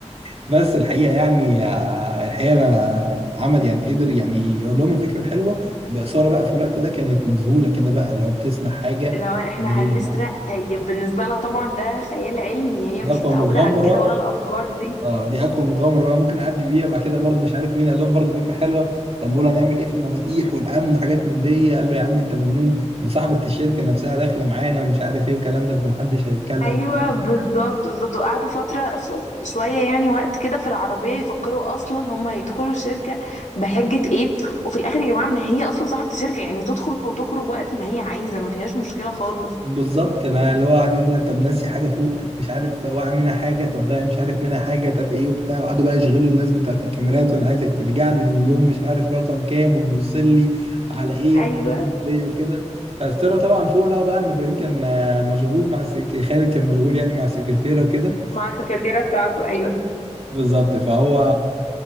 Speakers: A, on the right (about 55°); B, on the left (about 80°).
A: بس الحقيقه يعني آه، الحقيقه أنا- عمل يعني قدر يعني يقول لهم الفكره الحلوه بإثارة بقى في الوقت ده كانت مذهوله كده بقى اللي هو بتسمع حاجه
B: اللي هو احنا
A: اللي هي
B: هنسرق هي بالنسبة لها طبعا ده خيال علمي هي
A: دي
B: مش
A: اقوى
B: متعودة
A: مغامره
B: على كده ولا الأفكار دي
A: اه دي اقوى مغامره بقى ممكن اعدي بيها بعد كده برضو مش عارف مين قال لهم برضو فكره حلوه لما بيقولوا هنعمل ايه في المفاتيح والامن وحاجات من دي قال له يا عم انت مجنون مصاحبه الشركه نفسها داخله معانا ومش عارف ايه والكلام ده فمحدش هيتكلم
B: ايوه بالظبط بالظبط وقعدوا فترة ف- شوية يعني وقت كده في العربية يفكروا اصلا هم هيدخلوا الشركة بحجة ايه وفي الاخر يا جماعة ما هي اصلا صاحبة الشركة يعني تدخل وتخرج وقت ما هي عايزة ما فيهاش مشكلة خالص
A: بالظبط انا اللي هو قاعد يقول لي انت ناسي حاجه فوق طب مش عارف واقع منها حاجه طب ده مش عارف منها حاجه طب ايه وبتاع وقعدوا بقى يشغلوا الناس بتاعت الكاميرات وانا عايزك ترجع لي لليوم مش عارف رقم كام وتبص لي على ايه
B: ايوه
A: وحاجات من دي وكده بس طلع طبعا فوق لقى بقى ان ابراهيم كان آه، مشغول مع السك... خالد كان مشغول يعني مع السكرتيره وكده
B: مع السكرتيرة بتاعته ايوه
A: بالظبط فهو